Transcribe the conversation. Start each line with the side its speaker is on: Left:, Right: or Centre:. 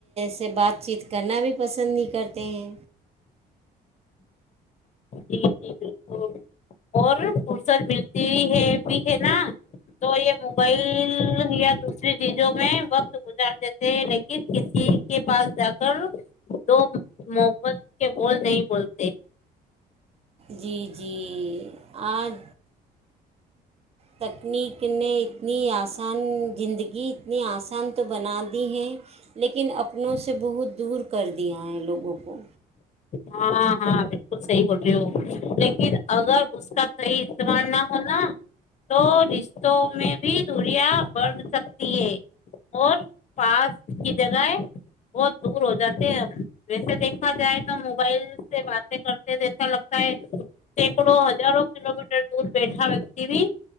Right: سے بات چیت کرنا بھی پسند نہیں کرتے ہیں
Left: جی جی بالکل اور فرصت ملتی ہے بھی ہے نا تو یہ موبائل یا دوسری چیزوں میں وقت گزار دیتے ہیں لیکن کسی کے پاس جا کر دو محبت کے بول نہیں بولتے
Right: جی جی آج تکنیک نے اتنی آسان زندگی اتنی آسان تو بنا دی ہے لیکن اپنوں سے بہت دور کر دیا ہے لوگوں کو
Left: ہاں ہاں بالکل صحیح بول رہی ہو لیکن اگر اس کا صحیح استعمال نہ ہونا تو رشتوں میں دوریا برن سب اور پاس کی جگہ بہت دور ہو جاتے ہیں ویسے دیکھا جائے تو موبائل سے باتیں کرتے جیسا لگتا ہے سینکڑوں ہزارہ کلو میٹر دور بیٹھا ویکتی بھی